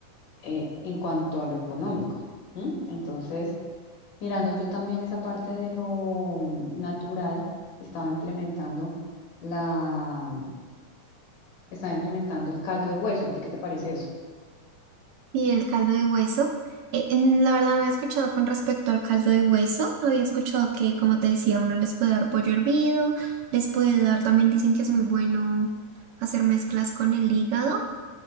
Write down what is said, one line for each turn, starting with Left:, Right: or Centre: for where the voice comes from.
Left: eh, en cuanto a lo económico. ¿m? Entonces... Mirando yo también esa parte de lo natural, estaba implementando la, estaba implementando el caldo de hueso. ¿A ti qué te parece eso?
Right: Y el caldo de hueso, eh, en- la verdad no había escuchado con respecto al caldo de hueso, había escuchado que, como te decía, uno les puede dar pollo hervido, les puede dar, también dicen que es muy bueno hacer mezclas con el hígado,